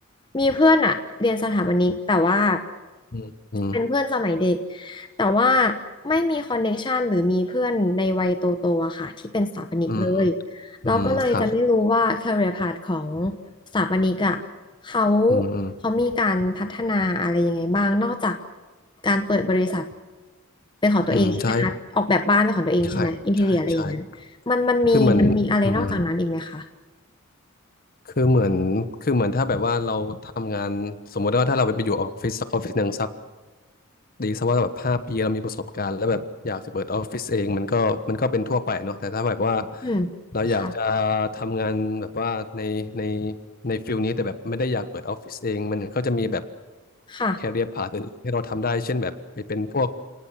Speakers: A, on the left (about 20°); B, on the left (about 40°).
A: มีเพื่อนอะเรียนสถาปนิกแต่ว่า
B: อืมอืม
A: เป็นเพื่อนสมัยเด็กแต่ว่าไม่มีคอนเน c t ชันหรือมีเพื่อนในวัยโตโตอะค่ะที่เป็นสถาปนิกเลย
B: อืม
A: เราก็เลยจะไม่รู้ว่า
B: อืมครับ
A: career path ของสถาปนิกอะเขา
B: อืมอืม
A: เขามีการพัฒนาอะไรยังไงบ้างนอกจากการเปิดบริษัทเป็นของตัวเองใช่ไหมคะออกแบบบ้านเป็นของตัวเองใช่ไหมอินทีเรียอะไรอย่างนั้นมันมันมีมันมีอะไรนอกจากนั้นอีกไหมคะ
B: อืมใช่ใช่ใช่ใช่คือเหมือนอืมคือเหมือนคือเหมือนถ้าแบบว่าเราทำงานสมมุติว่าถ้าเราไปอยู่ออฟฟิศสักออฟฟิศหนึ่งสัก ดีซะว่าแบบห้าปีเรามีประสบการณ์แล้วแบบอยากจะเปิดออฟฟิศเองมันก็มันก็เป็นทั่วไปเนาะแต่ถ้าแบบว่า
A: อืม
B: เราอยากจะ
A: ค่ะ
B: ทำงานแบบว่าในในในฟิลนี้แต่แบบไม่ได้อยากเปิดออฟฟิศเองมันก็จะมีแบบ
A: ค่ะ
B: แคเรียร์พาธอื่นๆที่เราทำได้เช่นแบบไปเป็นพวก